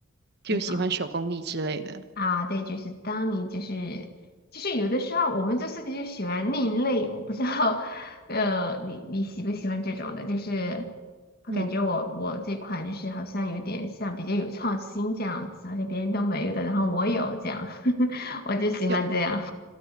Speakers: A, on the right; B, on the left.
A: 就喜欢手工艺之类的，
B: 经常。啊，对，就是当你就是就是有的时候我们做设计就喜欢另类，我不知道，<laughs> 呃，你你喜不喜欢这种的？就是我感觉我我这款就是好像有点像比较有创新这样子，
A: 嗯，
B: 好像别人都没有的，然后我有这样，<laughs> 我就喜欢这样。
A: 就